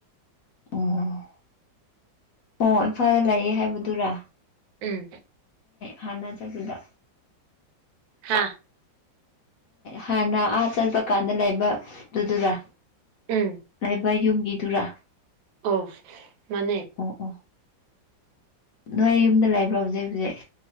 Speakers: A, on the left; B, on the right.
A: ꯑꯣ ꯑꯣ ꯏꯝꯐꯥꯜꯗ ꯂꯩꯌꯦꯦ ꯍꯥꯏꯕꯗꯨꯔꯥ
B: ꯎꯝ
A: ꯍꯅꯥ ꯆ ꯁꯗꯥ
B: ꯍꯥꯥ
A: ꯍꯥꯟꯅ ꯑꯥ ꯆꯠꯄ ꯀꯥꯟꯗ ꯂꯩꯕꯗꯨꯗꯨꯔꯥ
B: ꯎꯝ
A: ꯂꯩꯕ ꯌꯨꯝꯒꯤꯗꯨꯔꯥ
B: ꯑ ꯃꯅꯦ
A: ꯑꯣ ꯑꯣ ꯅꯣꯏ ꯌꯨꯝꯗ ꯂꯩꯕ꯭ꯔꯣ ꯍꯧꯖꯤꯛ ꯍꯧꯖꯤꯛ